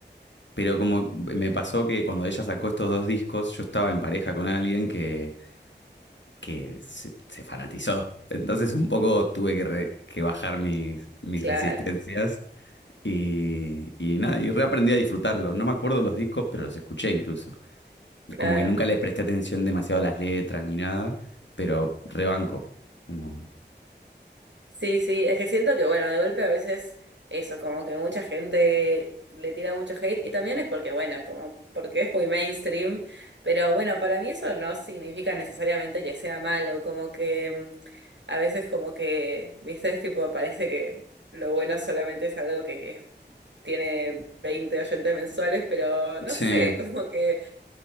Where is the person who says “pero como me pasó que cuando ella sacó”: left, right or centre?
Left